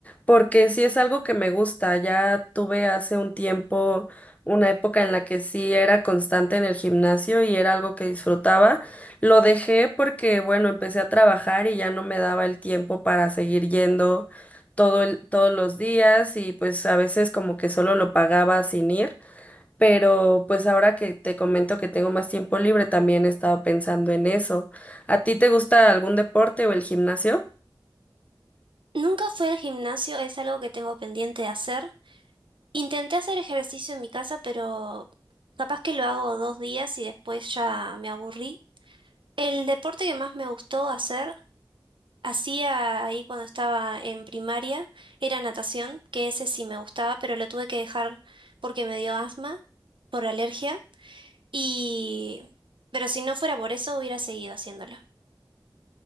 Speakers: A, on the left (about 15°); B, on the right (about 75°).
A: porque sí es algo que me gusta. Ya tuve hace un tiempo una época en la que sí era constante en el gimnasio y era algo que disfrutaba. Lo dejé porque, bueno, empecé a trabajar y ya no me daba el tiempo para seguir yendo todo el- todos los días y pues a veces como que solo lo pagaba sin ir. Pero pues ahora que te comento que tengo más tiempo libre, también he estado pensando en eso. ¿A ti te gusta algún deporte o el gimnasio?
B: Nunca fui al gimnasio, es algo que tengo pendiente de hacer. Intenté hacer ejercicio en mi casa, pero capaz que lo hago dos días y después ya me aburrí. El deporte que más me gustó hacer, hacía ahí cuando estaba en primaria, era natación, que ese sí me gustaba, pero lo tuve que dejar porque me dio asma por alergia. Y... Pero si no fuera por eso, hubiera seguido haciéndolo.